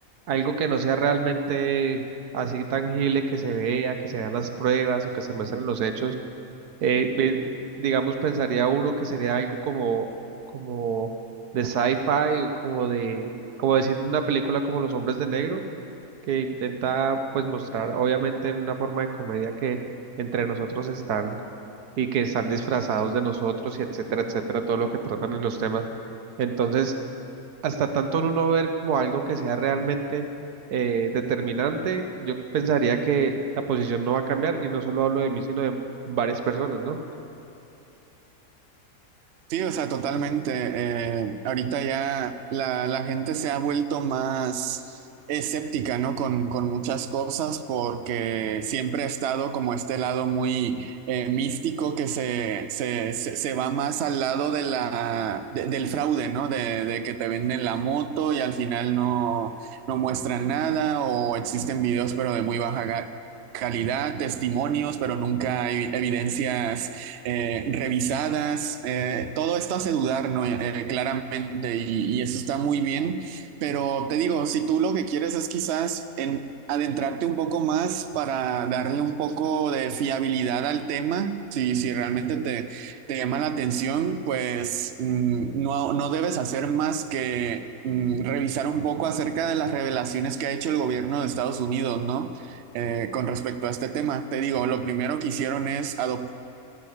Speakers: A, on the right; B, on the right.
A: algo que no sea realmente así tangible, que se vea, que se vean las pruebas o que se muestren los hechos, eh, bien, digamos, pensaría uno que sería algo como, como de sci-fi, como de, como decir en una película como Los Hombres de Negro que intenta pues mostrar obviamente en una forma de comedia que entre nosotros están y que están disfrazados de nosotros y etcétera, etcétera, todo lo que tratan en los temas. Entonces, hasta tanto uno no ver como algo que sea realmente eh, determinante, yo pensaría que la posición no va a cambiar y no solo hablo de mí, sino de varias personas, ¿no?
B: Sí, o sea, totalmente. Eh, ahorita ya la, la gente se ha vuelto más escéptica, ¿no? Con, con muchas cosas porque siempre ha estado como este lado muy eh, místico que se, se, se, se va más al lado de la, de- del fraude, ¿no? De, de que te venden la moto y al final no, no muestran nada o existen videos pero de muy baja ga- calidad, testimonios, pero nunca hay evidencias eh, revisadas, eh, todo esto hace dudar, ¿no? Eh, claramente, y, y, eso está muy bien, pero te digo, si tú lo que quieres es quizás en adentrarte un poco más para darle un poco de fiabilidad al tema, si, si realmente te, te llama la atención, pues mm, no, no debes hacer más que mm, revisar un poco acerca de las revelaciones que ha hecho el gobierno de Estados Unidos, ¿no? Eh, con respecto a este tema. Te digo, lo primero que hicieron es adoptar